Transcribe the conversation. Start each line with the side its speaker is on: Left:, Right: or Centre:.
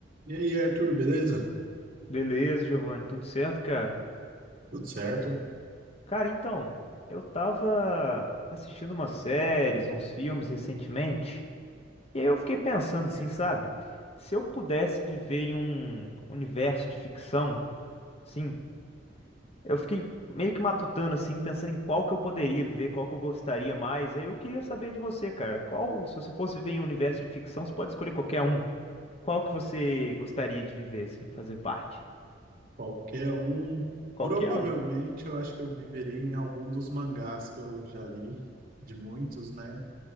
Right: E aí, Arthur, beleza?
Left: Beleza, Giovanni, tudo certo, cara?
Right: Tudo certo?
Left: Cara, então, eu tava assistindo umas séries, uns filmes recentemente, e aí eu fiquei pensando assim, sabe? Se eu pudesse viver em um universo de ficção, assim, eu fiquei meio que matutando assim, pensando em qual que eu poderia viver, qual que eu gostaria mais. Aí eu queria saber de você, cara, qual, se você fosse viver em um universo de ficção, você pode escolher qualquer um. Qual que você gostaria de viver assim, fazer parte?
Right: Qualquer um.
Left: Qualquer
Right: Provavelmente
Left: um.
Right: eu acho que eu viveria em algum dos mangás que eu já li, de muitos, né?